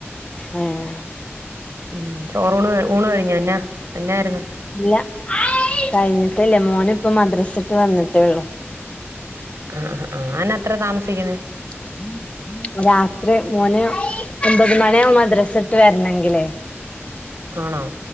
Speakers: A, on the left (about 25°); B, on the right (about 70°).
A: ഏഹ്
B: ഉം ചോറൂണ് ക ഊണ് കഴിഞ്ഞോ എന്നാ എന്നാര്ന്ന്
A: ഇല്ല കഴിഞ്ഞിട്ടില്ല മോന് ഇപ്പം മദ്രസ ഇട്ട് വന്നിട്ടേ ഒള്ളു
B: ആഹ് ആഹ് ആഹ് അന്ന എത്രേം താമസിക്കുന്നേ
A: <unintelligible> രാത്രി മോന് ഒമ്പത് മണിയാവും മദ്രസ്സ വിട്ട് വരണെങ്കിലേ
B: ആണോ